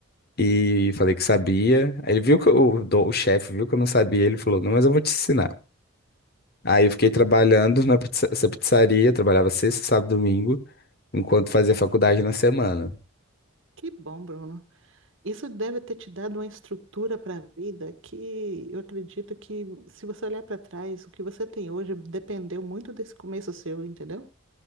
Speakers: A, on the left; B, on the right.
A: E falei que sabia. Aí ele viu que eu- o, do- o chefe viu que eu não sabia. Ele falou: Não, mas eu vou te ensinar. Aí eu fiquei
B: Legal.
A: trabalhando na pizza- essa pizzaria, trabalhava sexta, sábado, domingo, enquanto fazia faculdade na semana.
B: Que bom, Bruno. Isso deve ter te dado uma estrutura para a vida que eu acredito que, se você olhar para trás, o que você tem hoje dependeu muito desse começo seu, entendeu?